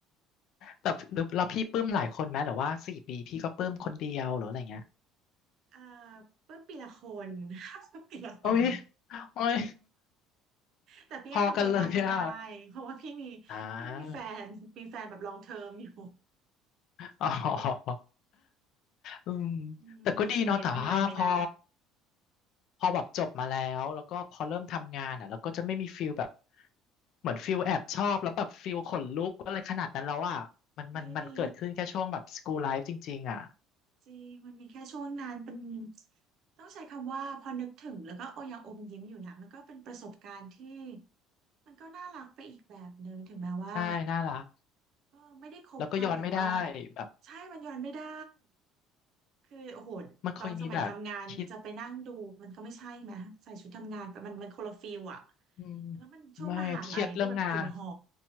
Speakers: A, on the left; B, on the right.
A: แต่หรือแล้วพี่ปลื้มหลายคนไหมหรือว่าสี่ปีพี่ก็ปลื้มคนเดียวหรืออะไรเงี้ย
B: เอ่อเพิ่มปีละคน <laughs> เพิ่มปีละคน
A: โอ้ยโอ้ย
B: แต่พี่ก็ทำอะไรมากไม่ได้
A: พอกันเลยอ่ะ
B: เพราะว่าพี่มี
A: อ่า
B: พี่มีแฟนมีแฟนแบบลองเทอมอยู่
A: อ๋ออืม
B: อืมเป็นสิ่งที่ทำอะไรไม่ได้
A: แต่ก็ดีเนาะแต่ว่าพอพอแบบจบมาแล้วแล้วก็พอเริ่มทำงานอ่ะแล้วก็จะไม่มีฟิลแบบเหมือนฟิลแอบชอบแล้วแบบฟิลขนลุกอะไรขนาดนั้นแล้วอ่ะมันมันมันเกิดขึ้นแค่ช่วงแบบสกู
B: ไม่มี
A: l ไลฟ์จริงๆอ่ะ
B: จริงมันมีแค่ช่วงนั้นเป็นต้องใช้คำว่าพอนึกถึงแล้วก็โอยังอมยิ้มอยู่นะมันก็เป็นประสบการณ์ที่มันก็น่ารักไปอีกแบบหนึ่งถึงแม้ว่า
A: ใช่น่ารัก
B: ก็ไม่ได้คบกันแต่ว่า
A: แล้วก็ย้อนไม่ได้แบบ
B: ใช่มันย้อนไม่ได้คือโอ้โหตอนสมัยทำงานจะไปนั่งดูมันก็ไม่ใช่ไหมใส่ชุดทำงานไปมันมันคนละฟิลอะ
A: มันเคยมีแบบคิด อืม
B: มันต้องเป็นช่วงมหาลัยที่แบบอยู่หอ
A: ไม่เครียดเรื่องงาน